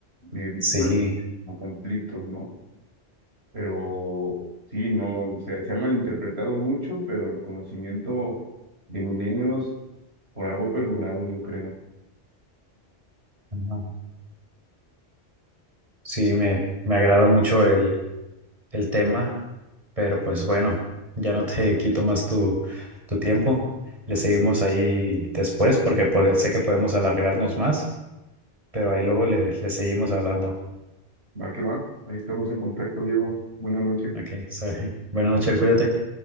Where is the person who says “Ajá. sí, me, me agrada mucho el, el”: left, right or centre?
Right